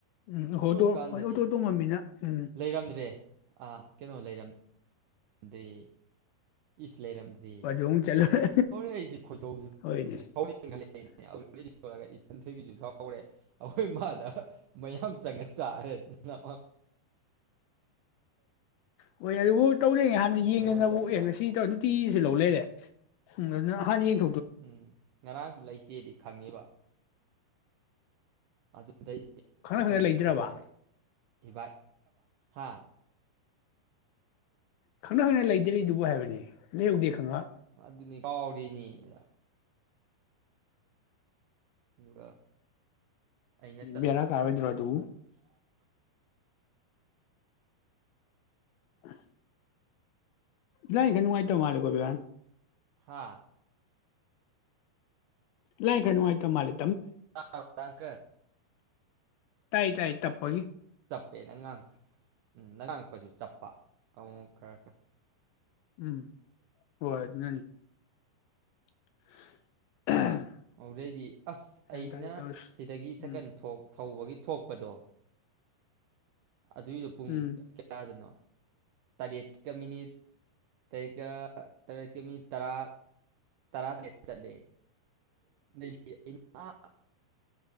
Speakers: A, on the left; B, on the right.
A: ꯎꯝ ꯍꯣꯇꯣ
B: ꯍꯧꯀꯥꯟꯗꯗꯤ
A: ꯍꯣꯏ ꯑꯣꯇꯣ ꯇꯣꯡꯉꯝꯃꯤꯅ ꯎꯝ
B: ꯂꯩꯔꯝꯗ꯭ꯔꯦ ꯀꯩꯅꯣ ꯂꯩꯔ ꯗꯤ ꯏꯁ ꯂꯩꯔꯝꯗ꯭ꯔꯤ
A: ꯑꯗꯨ ꯑꯃꯨꯛ ꯆꯠꯂꯨꯔꯦ
B: ꯍꯣꯔꯦꯟ ꯑꯩꯁꯦ ꯈꯣꯏꯗꯧ
A: ꯍꯣꯏꯅꯦ
B: ꯁꯥꯎꯅꯤꯡꯈꯠꯂꯛꯑꯦꯅꯦ ꯏꯆꯟ ꯊꯣꯏꯕꯤꯁꯨ ꯁꯥꯎꯔꯦ ꯑꯩꯈꯣꯏ ꯃꯥꯗ ꯃꯌꯥꯝ ꯆꯪꯉ ꯆꯥꯔꯦꯅ
A: <unintelligible> ꯇꯧꯔꯤꯉꯩ ꯍꯥꯟꯅ ꯌꯦꯡꯗꯅꯕꯨꯛ
B: ꯃꯌꯥꯝ ꯆꯪꯉ
A: ꯑꯦ ꯉꯁꯤ ꯇꯧꯔꯦ ꯅꯨꯡꯇꯤꯁꯨ ꯂꯧ ꯂꯩꯔꯦ ꯅꯪꯅ ꯍꯥꯟꯅ ꯌꯦꯡ
B: ꯎꯝ ꯉꯔꯥꯡꯁꯨ ꯂꯩꯇꯦꯗꯤ ꯈꯪꯉꯤꯕ ꯑꯗꯨ ꯑꯗꯨꯗꯩꯗꯤ
A: ꯈꯪꯅ
B: ꯁꯥꯏꯀꯜꯗꯣ
A: ꯈꯪꯅ ꯂꯩꯇ꯭ꯔꯕ
B: ꯄꯨꯊꯣꯔꯛꯑꯦ ꯏꯕꯥꯏ ꯍꯥꯥ
A: ꯈꯪꯅ ꯈꯪꯅ ꯂꯩꯗ꯭ꯔꯤꯗꯨꯕꯨ ꯍꯥꯏꯕꯅꯤ ꯂꯩꯍꯧꯗꯦ ꯈꯪꯑ
B: ꯑꯗꯨꯅꯤ ꯀꯥꯎꯔꯦ <unintelligible> ꯑꯗꯨꯒ ꯑꯩꯅ ꯆꯠꯂꯒ
A: ꯕꯦꯔꯥ ꯀꯥꯔꯣꯏꯗ꯭ꯔꯣ ꯑꯗꯨꯕꯨ ꯑꯁ ꯂꯥꯏ ꯈ ꯅꯨꯡꯉꯥꯏꯇ ꯃꯥꯜꯂꯦꯀꯣ ꯕꯦꯔꯥꯟ
B: ꯍꯥꯥ
A: ꯂꯥꯏ ꯈꯔ ꯅꯨꯡꯉꯥꯏꯇ ꯃꯥꯜꯂꯤ
B: ꯇꯥꯔꯕ꯭ꯔꯣ ꯗꯥꯡ ꯀꯔ
A: ꯇꯥꯏ ꯇꯥꯏ ꯇꯞꯄꯒꯤ
B: ꯄꯦꯟꯅ ꯉꯥꯡ ꯅꯪ ꯉꯛꯕꯁꯨ ꯆꯠꯄ ꯑꯃꯨꯛ ꯈꯔ ꯈꯔ
A: ꯎꯝ ꯍꯣꯏ ꯑꯗꯨꯅꯅꯤ <unintelligible>
B: ꯑꯧꯗꯩꯗꯤ ꯑꯁ
A: ꯒ꯭ꯌꯥꯟ
B: ꯑꯩꯅ
A: ꯇꯥꯗꯦ ꯇꯧꯔꯤꯁꯤ
B: ꯁꯤꯗꯒꯤ ꯁꯀꯟ
A: ꯎꯝ
B: ꯊꯣꯛ ꯊꯧꯕꯒꯤ ꯊꯣꯛꯄꯗꯣ ꯑꯗꯨꯏꯗꯣ ꯄꯨꯡ
A: ꯎꯝ
B: ꯀ ꯌꯥꯗꯅꯣ ꯇꯔꯦꯠꯀ ꯃꯤꯅꯤꯠ ꯇꯔꯦꯠꯀ ꯇꯔꯦꯠꯀ ꯃꯤꯅꯤꯠ ꯇꯔꯥ ꯇꯔꯥ ꯇꯔꯦꯠ ꯆꯠꯂꯦ ꯑ